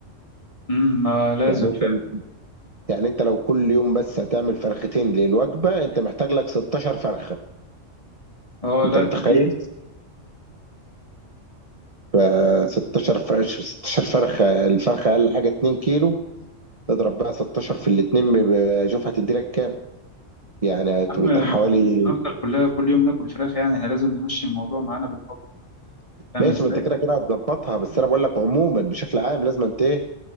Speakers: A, on the left; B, on the right.
A: امم ما لازم
B: يعني انت
A: فعلا
B: يعني انت لو كل يوم بس هتعمل فرختين للوجبة انت محتاج لك 16 فرخة
A: اه
B: انت
A: لا
B: متخيل
A: كتير يا
B: ف 16 فرخة 16 فرخة الفرخة اقل حاجة 2 كيلو اضرب بقى 16 في الاتنين بيبقى- شوف هتدي لك كام يعني هتبقى
A: عم ما
B: حوالي
A: هو مش هنفضل كلها كل يوم ناكل فراخ يعني احنا لازم نمشي الموضوع معانا بالحب فاهم
B: ماشي
A: ازاي
B: ما انت كده كده هتظبطها بس انا بقول لك عموما بشكل عام لازم انت ايه